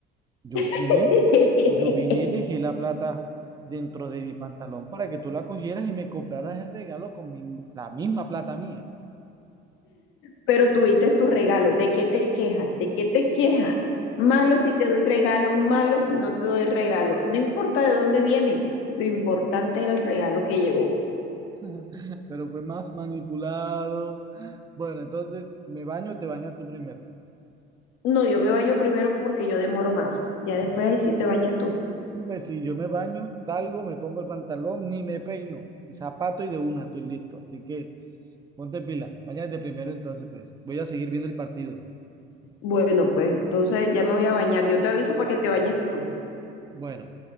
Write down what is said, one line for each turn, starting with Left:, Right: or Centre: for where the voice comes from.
Right: Yo vine,
Left: <laughs>
Right: yo vine y dejé la plata dentro de mi pantalón para que tú la cogieras y me compraras el regalo con mi- la misma plata mía.
Left: Pero tuviste tu regalo. ¿De qué te quejas? ¿De qué te quejas? Malo si te doy regalo, malo si no te doy regalo. No importa de dónde viene, lo importante es el regalo que llegó.
Right: <laughs> Pero fue más manipulado. Bueno, entonces me baño, te bañas tú primero.
Left: No, yo me baño primero porque yo demoro más. Ya después ahí sí te bañas tú.
Right: Pues, si yo me baño, salgo, me pongo el pantalón, ni me peino, zapato y de una estoy listo. Así que ponte pila, bañate primero entonces, pues. Voy a seguir viendo el partido.
Left: Bueno, pues entonces ya me voy a bañar. Yo te aviso para que te bañes tú.
Right: Bueno,